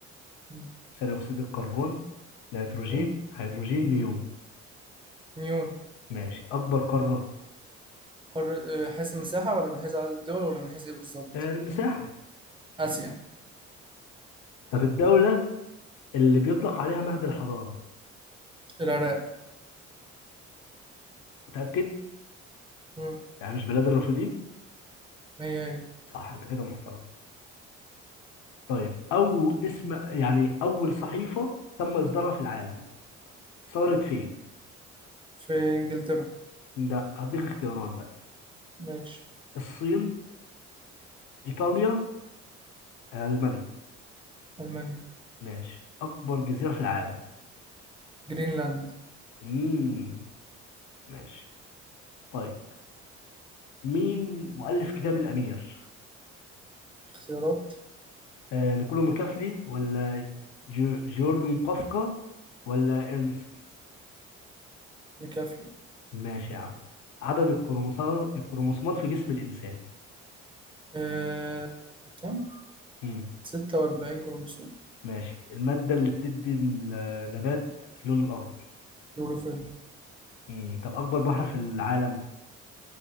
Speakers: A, on the right; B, on the left.
A: مم.
B: ثاني اكسيد الكربون نيتروجين
A: مم.
B: هيدروجين
A: مم.
B: نيون
A: نيون
B: ماشي اكبر قاره
A: قارة آه، حيث المساحة ولا من حيث عدد الدول ولا من حيث إيه بالظبط
B: آه، المساحه
A: آسيا
B: طب الدوله اللي بيطلق عليها مهد الحضاره
A: العراق
B: متاكد
A: مم.
B: يعني مش بلاد الرافدين
A: هي هي
B: صح انت كده محترم طيب او اسم يعني اول صحيفه تم اصدارها في العالم صدرت فين
A: في إنجلترا
B: ده هديك اختيارات بقى
A: ماشي
B: الصين ايطاليا آه، المانيا
A: ألمانيا
B: ماشي اكبر جزيره في العالم
A: جرينلاند
B: امم ماشي طيب مين مؤلف كتاب الامير
A: اختيارات
B: آه، نيكولو ميكافلي ولا جو- جيورجن قفقة ولا إرنست
A: مكافلي
B: ماشي يا عم عدد الكروموسال- الكروموسومات في جسم الإنسان
A: آه كم
B: مم.
A: 46 كروموسوم
B: ماشي المادة اللي بتدي النبات اللون الأخضر
A: يوروفيل
B: مم. طب أكبر بحر في العالم